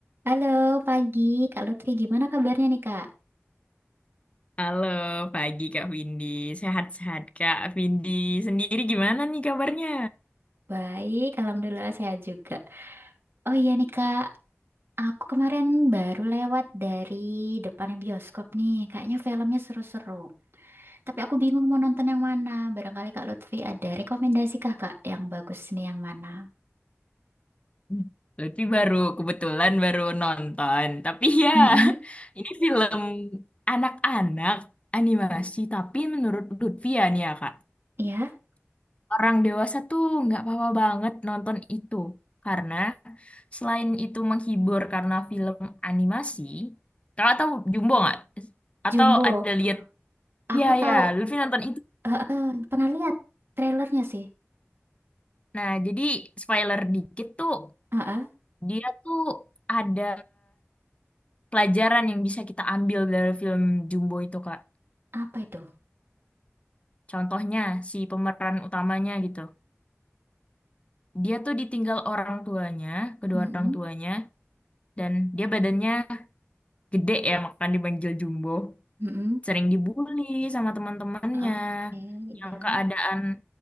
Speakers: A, on the right; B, on the left.
A: Halo, pagi Kak Lutfi. Gimana kabarnya nih Kak?
B: Halo, pagi Kak Windy. Sehat-sehat Kak Windy. Sendiri gimana nih kabarnya?
A: Baik, Alhamdulillah sehat juga. Oh iya nih Kak, aku kemarin baru lewat dari depannya bioskop nih. Kayaknya filmnya seru-seru. Tapi aku bingung mau nonton yang mana. Barangkali Kak Lutfi ada rekomendasi kah Kak yang bagus nih yang mana?
B: Hmm, Lutfi baru, kebetulan baru nonton. Tapi ya,
A: mm
B: <laughs> ini film anak-anak animasi. Tapi menurut Lutfi ya nih ya Kak,
A: ya.
B: orang dewasa tuh nggak apa-apa banget nonton itu. Karena selain itu menghibur karena film animasi, Kakak tahu Jumbo nggak? Atau
A: Jumbo.
B: ada lihat?
A: Aku
B: Iya,
A: tahu,
B: ya, Lutfi nonton itu.
A: eh, eh, pernah lihat trailernya sih.
B: Nah, jadi spoiler dikit tuh,
A: Eh, eh,
B: dia tuh ada pelajaran yang bisa kita ambil dari film Jumbo itu, Kak.
A: Apa itu?
B: Contohnya, si pemeran utamanya gitu. Dia tuh ditinggal orang tuanya, kedua
A: Mm-mm.
B: orang tuanya, dan dia badannya gede ya, makanya dipanggil Jumbo.
A: Mm-mm.
B: Sering dibully sama teman-temannya,
A: Oke,
B: yang
A: ya.
B: keadaan